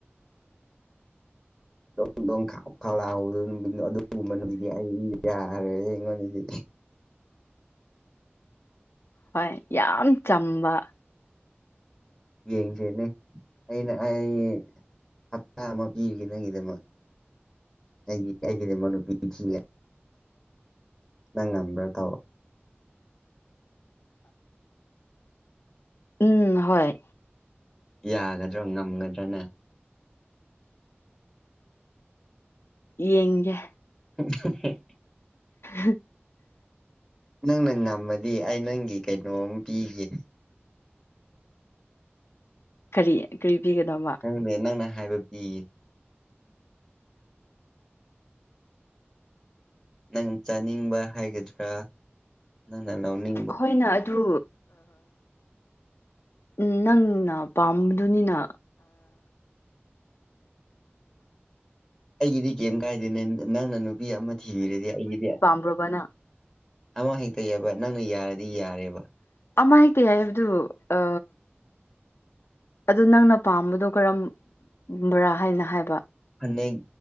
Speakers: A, in the centre; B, on the left.
A: ꯣꯡꯣꯡ ꯈꯂꯥꯎꯍꯗ ꯅꯨ ꯑꯗꯨꯒꯨꯝꯕ ꯅꯨꯃꯤꯗꯤ ꯑꯩ ꯌꯥꯔꯦ ꯑꯩꯉꯣꯟꯗꯗꯤ
B: ꯍꯣꯏ ꯌꯥꯝ ꯆꯝꯕ
A: ꯌꯦꯡꯁꯦꯅꯦ ꯑꯩꯅ ꯑꯩ ꯍꯞꯇꯥ ꯑꯃ ꯄꯤꯔꯤꯒꯦ ꯅꯪꯒꯤꯗꯃꯛ ꯑꯩꯒꯤ ꯑꯩꯒꯤꯗꯤꯃ ꯅꯨꯄꯤ ꯊꯤ ꯅꯪ ꯉꯝꯕ꯭ꯔꯥ ꯇꯧꯔ
B: ꯎꯝ ꯍꯣꯏ
A: ꯌꯥꯒꯗ꯭ꯔꯣ ꯉꯝꯒꯗ꯭ꯔꯅꯦ
B: ꯌꯦꯡꯒꯦ
A: ꯎ
B: ꯎ
A: ꯅꯪꯅ ꯉꯝꯃꯗꯤ ꯑꯩ ꯅꯪꯒꯤ ꯀꯩꯅꯣꯝ ꯄꯤꯒꯦ
B: ꯀꯔꯤ ꯀꯔꯤ ꯄꯤꯒꯗꯕ
A: ꯅꯪꯅꯦ ꯅꯪꯅ ꯍꯥꯏꯕ ꯄꯤꯌꯦ ꯅꯪ ꯆꯥꯅꯤꯡꯕ ꯍꯥꯏꯒꯗ꯭ꯔꯥ ꯅ ꯅ ꯅ ꯎꯅꯤ
B: ꯍꯣꯏꯅ ꯑꯗꯨ ꯎꯝ ꯅꯪꯅ ꯄꯥꯝꯕꯗꯨꯅꯤꯅ
A: ꯑꯩꯒꯤꯗꯤ ꯀꯩꯝ ꯀꯥꯏꯗꯦ ꯅ ꯅꯪꯅ ꯅꯨꯄꯤ ꯑꯃ ꯊꯤꯔꯗꯤ ꯑꯩꯒꯤꯗꯤ
B: ꯄ꯭ꯔꯣꯕꯅ
A: ꯑꯃ ꯍꯦꯛꯇ ꯌꯥꯕ ꯅꯪꯅ ꯌꯥꯔꯗꯤ ꯌꯥꯔꯦꯕ
B: ꯑꯃ ꯍꯥꯏꯗꯤ ꯍꯥꯏꯕꯗꯨ ꯑ ꯑꯗꯨꯗ ꯅꯪꯅ ꯄꯥꯝꯕꯗꯣ ꯀꯔꯝꯕꯔꯥ ꯍꯥꯏꯅ ꯍꯥꯏꯕ
A: ꯐꯅꯦꯛ